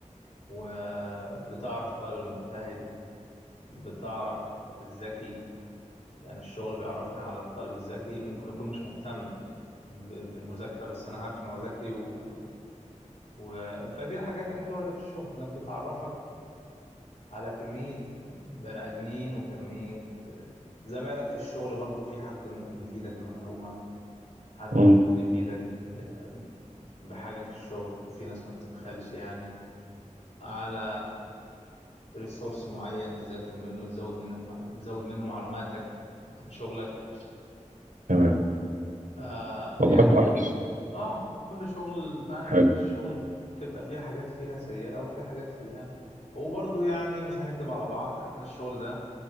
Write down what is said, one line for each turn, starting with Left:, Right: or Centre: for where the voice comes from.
Left: وبتعرف الطالب المجتهد بتعرف الذكي يعني الشغل بيعرفني على الطالب الذكي ممكن يكون مش مهتم ب- بالمذاكرة بس أنا عارف إن هو ذكي و... و... فدي الحاجات الحلوة اللي في الشغل إنك بتعرفك على كمية بني آدمين وكمية زمايلك في الشغل برضو في حد ممكن يفيدك بمعلومة حد
Right: مم.
Left: ممكن يفيدك آه، بحاجة في الشغل في ناس ما بتبخلش يعني على ريسورس معين تذاكر منه تزود منك مع... تزود منه معلوماتك عن شغلك
Right: تمام
Left: آه
Right: والله
Left: يعني
Right: كويس
Left: اه كل شغل فاهم
Right: حلو
Left: بيئة الشغل بتبقى فيه حاجات فيها سيئة وفي حاجات فيها وبرضه يعني مش هنكدب على بعض احنا الشغل ده